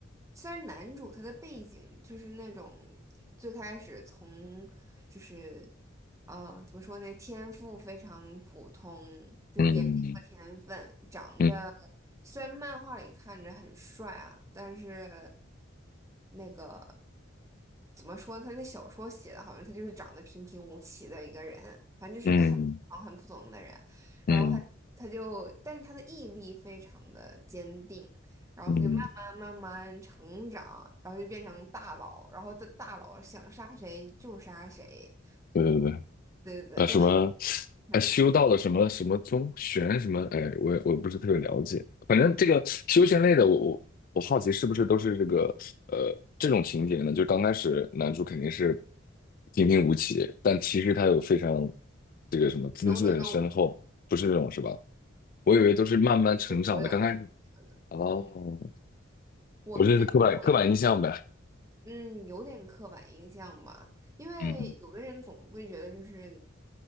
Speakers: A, on the right; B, on the left.
A: 虽然男主他的背景就是那种最开始从就是呃怎么说呢，天赋非常普通，就是也没什么天分，
B: 嗯
A: 长得。
B: 嗯
A: 虽然漫画里看着很帅啊，但是那个怎么说呢他那小说写的好像他就是长得平平无奇的一个人，反正就是一个很普通很普通的人。
B: 嗯嗯
A: 然后他他就，但是他的毅力非常的坚定，然后他就慢慢慢慢成长，
B: 嗯，嗯
A: 然后就变成大佬，然后的大佬想杀谁就杀谁，
B: 对对对。
A: 对对对，
B: 呃，
A: 就很
B: 什么，
A: 看着
B: 呃，修道的什么什么宗玄什么，哎，我也我不是特别了解。反正这个修仙类的，我我我好奇是不是都是这个呃这种情节呢？就刚开始男主肯定是平平无奇，但其实他有非常这个什么资质很深厚，
A: no no no，
B: 不是这种是吧？我以为都是慢慢成长的，
A: 并不是所有都是这样的。
B: 刚开始哦，
A: 嗯，我比如说。
B: 我这是刻板刻板印象呗。
A: 我。嗯，有点刻板印象吧，因为有的人总会觉得就是，
B: 嗯